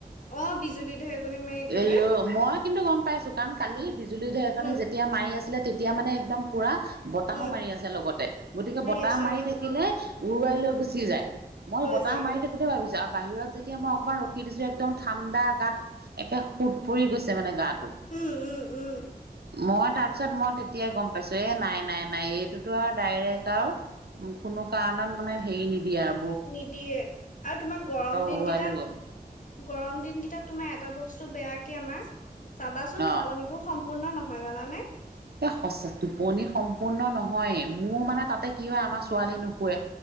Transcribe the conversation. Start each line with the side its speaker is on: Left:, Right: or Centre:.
Left: অ বিজুলী ধেৰকনি মাৰি একেবাৰে
Right: এইও মই কিন্তু গম পাইছো, কাৰণ কালি বিজুলী ধেৰেকনি
Left: উম
Right: যেতিয়া মাৰি আছিলে তেতিয়া মানে একদম পুৰা বতাহও
Left: উম
Right: মাৰি আছে লগতে গতিকে বতাহ
Left: আছে
Right: মাৰি
Left: অ
Right: থাকি লে উৰুৱাই লৈ গুচি যায় মই
Left: লৈ
Right: বতাহ
Left: যায়গে
Right: মাৰি থাকোতে ভাবিছো আৰু বাহিৰত যেতিয়া মই অকমান ৰখি দিছো একদম ঠাণ্ডা গাত একে সোত পৰি গৈছে মানে গাত
Left: উম উম উম
Right: মই তাৰপিছত মই তেতিয়াই গম পাইছো এ নাই নাই নাই এইটোতো আও ডাইৰেক্ট আও কোনো কাৰণত মানে হেৰি নিদিয়ে আও
Left: নিদিয়ে আৰু তোমাৰ গৰম দিন
Right: উৰুৱাই
Left: কেইটাত
Right: লৈ গ'ল
Left: গৰম দিন কেইটাত তোমাৰ এটা বস্তু বেয়া কি আমাৰ চাবাচোন টোপনিবোৰ
Right: অ
Left: সম ম্পূৰ্ণ নহয় জানানে
Right: এ সঁচ টোপনি সম্পূৰ্ণ নহয়ে মোৰ মানে তাতে কি হয় আমাৰ ছোৱালী নুশুৱে